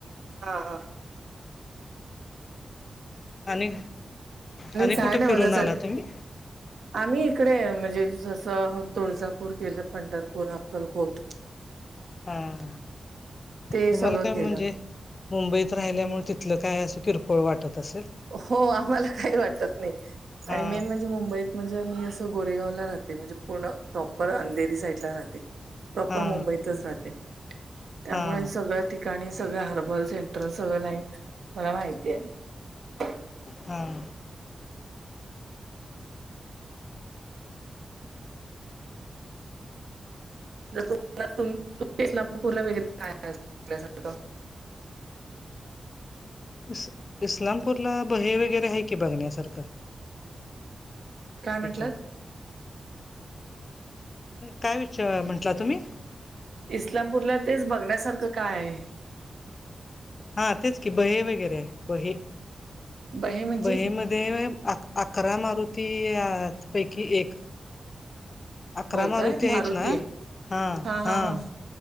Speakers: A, on the right; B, on the left.
A: हा हा.
B: आणि, आणि
A: काय
B: कुठे
A: नाही
B: फिरून
A: बघा चला
B: आला तुम्ही?
A: आम्ही इकडे, म्हणजे जसं तुळजापूर गेलं. पंढरपूर, अक्कलकोट.
B: हा,
A: ते
B: तुम्हाला
A: सगळं
B: काय,
A: केलं
B: म्हणजे. मुंबईत राहिल्यामुळे, तिथलं काय असं किरकोळ वाटत असेल.
A: हो, आम्हाला काही वाटत, नाही.
B: हा
A: आणि मेन, म्हणजे मुंबईत. म्हणजे मी असं गोरेगावला राहते म्हणजे पूर्ण प्रॉपर अंधेरी साईडला राहते. प्रॉपर
B: हा
A: मुंबईतच राहते, त्यामुळे
B: हा
A: सगळं ती ठिकाणी सगळ. हर्बल, सेंट्रल सगळ लाईन मला माहिती आहे. ह
B: हां
A: जर तुम्हाला इस्लामापूरला वगैरे काय असल्यासारखं.
B: इस इस्लामपूरला बहे वगैरे आहे की बघण्यासारखं
A: काय म्हंटलात?
B: तिथं काय विचार म्हंटला तुम्ही?
A: इस्लामपूरला तेच बघण्यासारखं काय आहे?
B: हा तेचं की बहे वगैरे बहे
A: ब हे म्हणजे
B: बहेम बहे म्हणे अक अकरा मारुती अह पैकी एक अकरा
A: हो
B: मारुती
A: काय
B: आहेत ना
A: आहे
B: हां
A: हा हा
B: हां
A: हा हा.